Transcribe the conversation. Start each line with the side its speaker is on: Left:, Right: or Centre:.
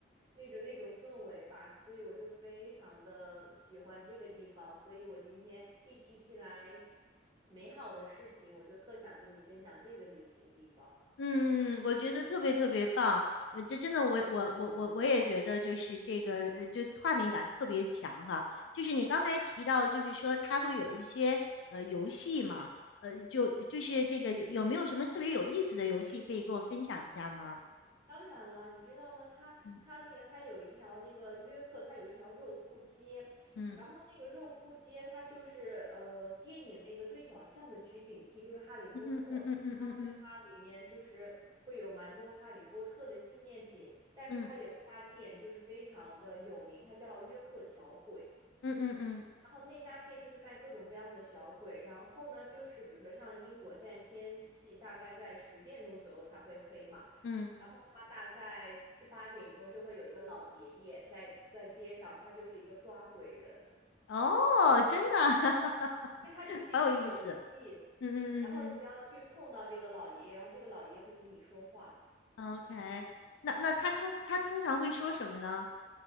Right: 那种那种氛围吧，所以我就非常的喜欢这个地方，所以我今天一提起来美好的事情，我就特想跟你分享这个旅行地方。
Left: 嗯，嗯嗯我觉得特别特别棒，呃，这真的我，我我我我也觉得就是这个，呃，就画面感特别强哈。就是你刚才提到，就是说他会有一些呃游戏嘛，呃，就就是那个有有没有什么特别有意思的游戏可以给我分享一下吗？
Right: 当然了，你知道吗？它它那个它有一条那个约克，
Left: 嗯
Right: 它有一条肉铺街，
Left: 嗯
Right: 然后那个肉铺街它就是呃电影那个对角巷的取景地，就是《哈利波特》，
Left: 嗯嗯嗯嗯嗯
Right: 然后所以它里面就是会有蛮多《哈利波特》的纪念品，但是它有一家店就是非常的有名，
Left: 嗯
Right: 它叫约克小鬼。
Left: 嗯嗯嗯嗯
Right: 然后那家店就是卖各种各样的小鬼，然后呢，就是比如说像英国现在天气大概在十点钟左右才会黑嘛，
Left: 嗯，
Right: 然后他大概七八点钟就会有一个老爷爷在在街上，他就是一个抓鬼人，
Left: 哦，真的，
Right: 对，
Left: <laughs>
Right: 对，他就是一个游戏，
Left: 好有意思。嗯嗯嗯
Right: 然后你就要去碰到这个老爷爷，然后这个老爷爷会给你说话。
Left: 嗯，OK，那那他通他通常会说什么呢？